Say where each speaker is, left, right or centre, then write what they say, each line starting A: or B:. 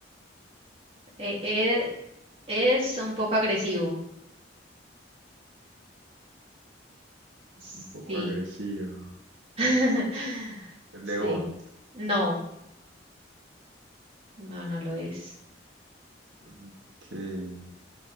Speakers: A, on the right; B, on the right.
A: Eh, eh, es un poco agresivo. Sí.
B: es un poco agresivo.
A: <laughs>
B: El
A: Sí.
B: león.
A: No, no, no lo es.
B: Mm, Ok.